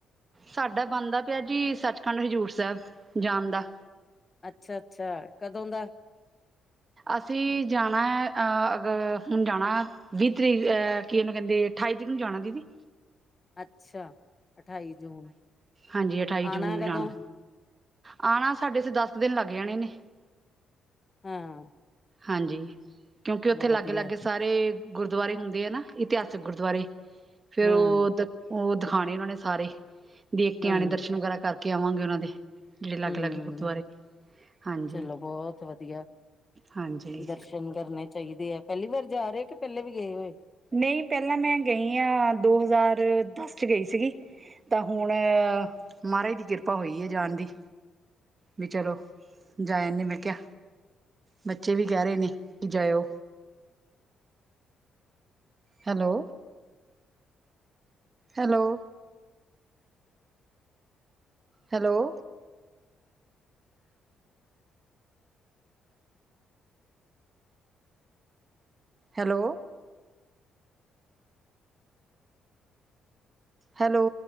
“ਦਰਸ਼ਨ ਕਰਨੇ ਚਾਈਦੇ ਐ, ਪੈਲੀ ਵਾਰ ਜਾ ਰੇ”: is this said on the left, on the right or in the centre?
Left